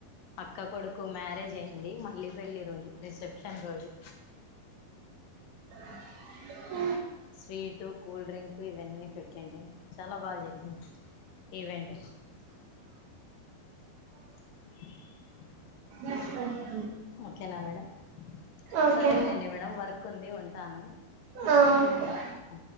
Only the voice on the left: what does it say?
అక్క కొడుకు కు మ్యారేజ్ అయింది మళ్ళీ పెళ్ళిరోజు రిసెప్షన్ రోజు
స్వీటు కూల్ డ్రింకు ఇవన్నీ పెట్టింటిమి చాలా బాగా జరిగింది ఈవెంట్ <inaudible>
ఓకేనా మేడం
సరేలేండి మేడం వర్క్ ఉంది ఉంటాను
ఆ